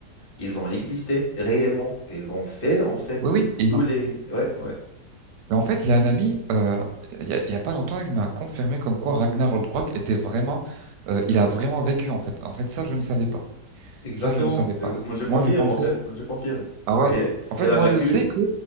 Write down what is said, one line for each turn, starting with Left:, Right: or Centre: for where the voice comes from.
Left: ils ont existé réellement. Ils ont fait en fait
Right: Oui,
Left: l-
Right: oui.
Left: tous les. Ouais, ouais,
Right: Et en fait, il y a un ami, euh, il y a, il y a pas longtemps, il m'a confirmé comme quoi Ragnar Lodbrok était vraiment, euh, il a vraiment vécu en fait. En fait, ça, je ne savais pas.
Left: exactement,
Right: Ça, je ne savais pas.
Left: exactement. Je confirme
Right: Moi, je pensais,
Left: en fait, je confirme.
Right: ah ouais.
Left: Et
Right: En fait,
Left: elle a
Right: moi,
Left: vaincu.
Right: je sais que